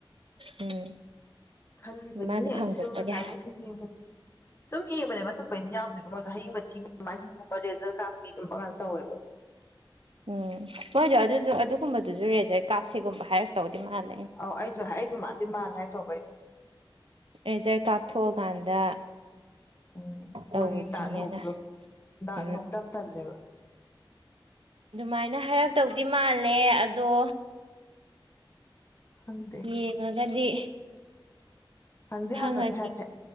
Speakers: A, on the right; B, on the left.
A: ꯎꯝ
B: ꯈꯜꯂꯤꯕꯅꯤ
A: ꯑꯗꯨꯃꯥꯏꯗꯨꯝ
B: ꯑꯩꯁꯨꯕ
A: ꯍꯪꯗꯣꯛꯄ ꯌꯥꯏ
B: ꯊꯥꯏꯅꯩ ꯁꯨꯝ ꯌꯦꯕꯗ ꯁꯨꯝ ꯌꯦꯡꯕꯅꯦꯕ ꯁꯨꯝꯕꯩꯁꯦ ꯌꯥꯎꯗꯦꯕ ꯃꯣꯏꯗꯣ ꯍꯌꯤꯡ ꯃꯊꯤꯒꯨꯝꯕ ꯃꯍꯤꯡꯒꯨꯝꯕ ꯔꯦꯖꯔ ꯀꯥꯞꯄꯤ ꯑꯗꯨꯝꯕ ꯉꯥꯛ ꯇꯧꯋꯦꯕ
A: ꯎꯝ ꯃꯣꯏꯗꯣ ꯑꯗꯨꯁꯨ ꯑꯗꯨꯒꯨꯝꯕꯗꯨꯁꯨ ꯔꯦꯖꯔ ꯀꯥꯞꯁꯦꯒꯨꯝꯕ ꯍꯥꯏꯔꯛ ꯇꯧꯗꯤ ꯃꯥꯥꯜꯂꯤ
B: ꯑꯧ ꯑꯩꯁꯨ ꯍꯥꯏ ꯑꯩꯁꯨ ꯃꯥꯗꯤ ꯃꯥꯜꯂꯦ ꯍꯥꯏ ꯇꯧꯕ ꯑꯩꯁꯨ
A: ꯔꯦꯖꯔ ꯀꯥꯞꯊꯣꯛꯑꯀꯥꯟꯗ
B: ꯎꯝ
A: ꯇꯧꯔꯁꯤꯅ
B: ꯃꯣꯏꯒꯤ ꯗꯥꯛ ꯂꯩꯍꯧꯕꯗꯣ ꯗꯥꯛ
A: ꯎꯝ
B: ꯂꯩꯍꯧꯕꯗꯣ ꯌꯥꯝ ꯇꯜꯂꯦꯕ
A: ꯑꯗꯨꯃꯥꯏꯅ ꯍꯥꯏꯔꯛꯇꯧꯗꯤ ꯃꯥꯜꯂꯦ ꯑꯗꯣ
B: ꯈꯪꯗꯦ
A: ꯌꯦꯡꯉꯒꯗꯤ
B: ꯍꯪꯗꯤ
A: ꯈꯪꯉꯅꯤ
B: ꯍꯪꯉꯒꯦ ꯍꯥꯏꯐꯦꯠ